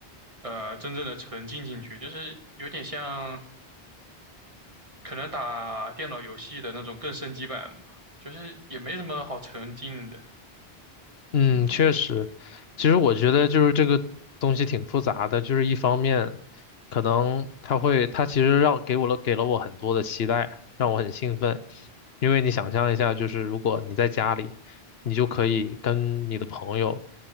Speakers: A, on the right; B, on the left.
A: 呃真正的沉浸进去，就是有点像。可能打电脑游戏的那种更升级版吧，就是也没什么好沉浸的。
B: 嗯，
A: 嗯
B: 确实，其实我觉得就是这个东西挺复杂的，就是一方面，可能它会，它其实让给我了给了我很多的期待，让我很兴奋，因为你想象一下，就是如果你在家里，你就可以跟你的朋友，